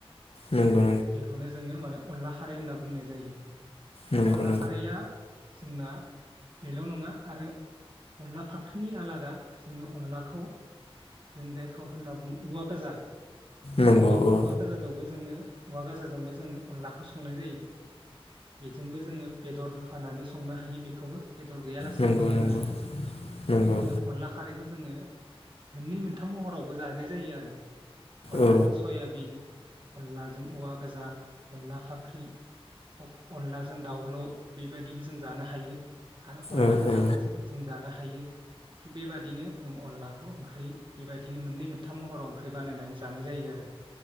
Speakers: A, on the left; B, on the right.
A: नंगौ
B: बेखौनो जोङो माने अनला खारै होनना बुंनाय जायो दा
A: नंगौ
B: अनला
A: नंगौ
B: खारैया सोंना बेल' नङा आरो अनला फाख्रिनि आलादा जोङो अनलाखौ जों जायखौ होनना बुङो औवा गोजा
A: नंगौ
B: बे
A: औ
B: औवा गोजादावबो जोङो औवा गाजाजोंबो जोङो अनलाखौ संनाय जायो बेजोंबो जोङो बेदर होफानानै संनो हायो बे खौबो बेदर गैयालासिनोबो
A: नंगौ
B: संनो
A: नंगौ
B: हायो दा
A: नंगौ
B: बेखायनो अनला खारैखौ जोङो मोननै मोनथाम महरावबो जाहैनाय जायो आरो। अनलाजों
A: औ
B: सयाबिन अनलाजों औवा गोजा अनला फाख्रि अ अनलाजों दाउल' बेबायदिबो जों जानो हायो। आरो अनला
A: औ
B: गोजाबो
A: औ
B: जो-जों जानो हायो। थिग बेबादिनो जों अनलाखौ ओंख्रि बेबायदिनो मोननै मोनथाम महराव ओंख्रि बानायनानै जानाय जायो आरो।